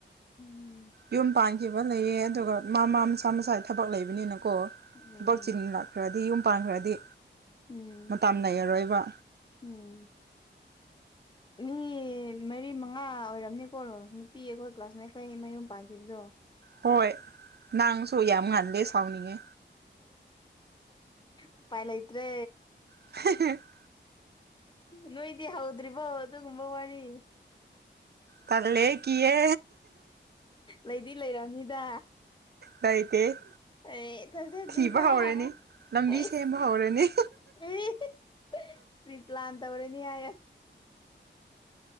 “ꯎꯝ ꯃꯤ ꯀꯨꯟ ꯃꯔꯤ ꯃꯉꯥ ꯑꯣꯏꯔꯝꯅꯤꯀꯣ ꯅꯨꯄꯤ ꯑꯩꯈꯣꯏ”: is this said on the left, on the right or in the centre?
Left